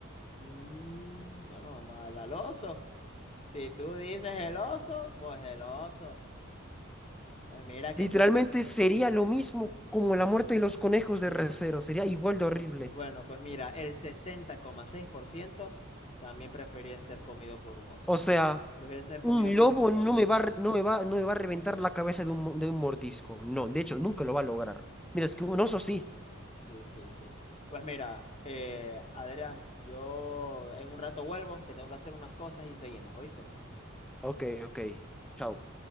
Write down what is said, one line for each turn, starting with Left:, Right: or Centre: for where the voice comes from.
Left: mm, bueno, vamos a darle al oso. Si tú dices el oso, pues el oso. Pues mira, qué
Centre: Literalmente
Left: sorpresa.
Centre: sería lo mismo como la muerte de los conejos de Re:Zero. Sería igual de horrible.
Left: Bueno, pues mira, el sesenta coma seis por ciento también prefería ser comido por un oso.
Centre: O sea.
Left: Prefiere ser
Centre: Un
Left: comido vivo
Centre: lobo
Left: por un
Centre: no
Left: oso.
Centre: me va, a re- no me va, no me va a reventar la cabeza de un, mo- de un mordisco. No, de hecho, nunca lo va a lograr. Mira, es que
Left: Sí,
Centre: un oso sí.
Left: sí, sí, sí. Pues mira, eh, Adrián, yo en un rato vuelvo, que tengo que hacer unas cosas y seguimos, ¿oíste?
Centre: Ok, ok. Chao.